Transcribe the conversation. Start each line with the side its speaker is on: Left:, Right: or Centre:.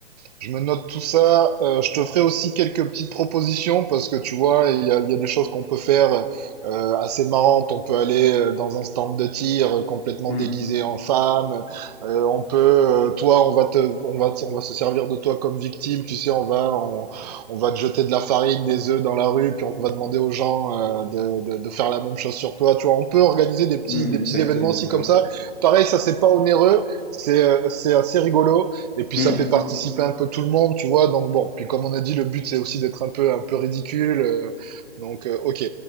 Right: Je me note tout ça. Euh, je te ferai aussi quelques petites propositions parce que tu vois, il y a, il y a des choses qu'on peut faire euh, assez marrantes. On peut aller euh, dans un stand de tir euh, complètement
Left: Mm,
Right: déguisé en femme. Euh, on peut, euh, toi, on va te, on va, te- on va se servir de toi comme victime. Tu sais, on va, on, on va te jeter de la farine, des œufs dans la rue, puis on va demander aux gens euh, de, de, de faire la même chose sur toi. Tu vois, on peut organiser des petits,
Left: mm,
Right: des petits
Left: exactement,
Right: événements aussi
Left: ouais.
Right: comme ça. Pareil, ça c'est pas onéreux, c'est, euh, c'est assez rigolo. Et puis
Left: Mm.
Right: ça fait participer un peu tout le monde, tu vois. Donc bon, puis comme on a dit, le but c'est aussi d'être un peu un peu ridicule. euh, donc euh, ok.